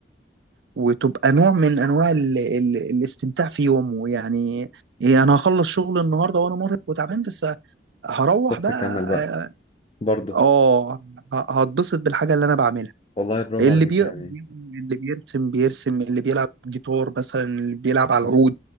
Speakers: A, on the right (about 75°); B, on the left (about 30°).
A: وتبقى نوع من انواع ال... ال... الاستمتاع في يومه يعني إيه انا هخلص شغل النهارده وانا مرهق وتعبان بس هروح
B: روح
A: بقى
B: تكمل بقى برضو
A: اه آه، ه- هتبسط بالحاجه اللي انا بعملها
B: والله برافو
A: اللي
B: عليك
A: بيقرا
B: يعني
A: بيقرا، اللي بيرسم بيرسم اللي بيلعب جيتار مثلا اللي بيلعب على
B: صح
A: العود